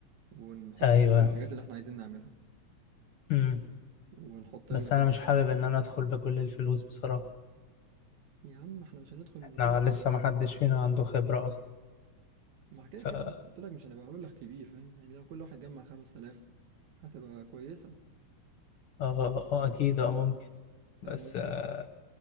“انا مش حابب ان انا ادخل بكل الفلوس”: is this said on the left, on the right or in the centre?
Left